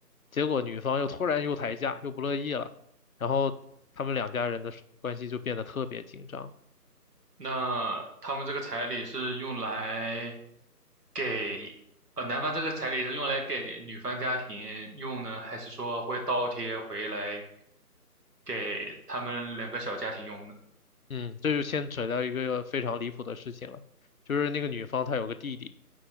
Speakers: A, on the left; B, on the right.
A: 结果女方又突然又抬价，又不乐意了，然后他们两家人的关系就变得特别紧张。
B: 那他们这个彩礼是用来给，呃，男方这个彩礼是用来给女方家庭用呢，还是说会倒贴回来给他们两个小家庭用呢？
A: 嗯，这就牵扯到一个非常离谱的事情了，就是那个女方她有个弟弟，